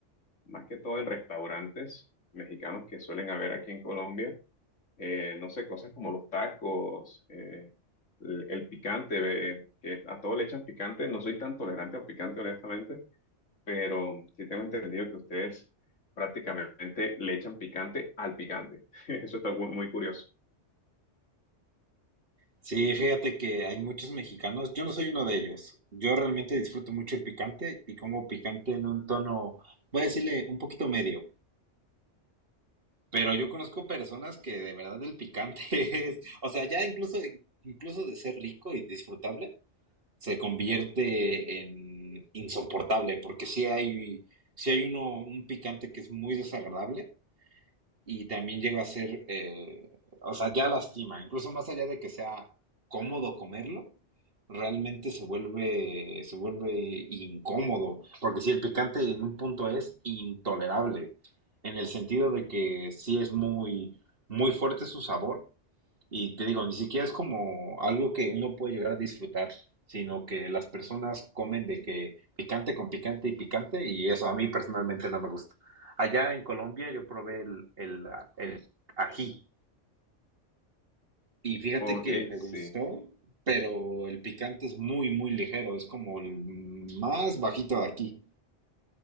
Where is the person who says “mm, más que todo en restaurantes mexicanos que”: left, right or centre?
Left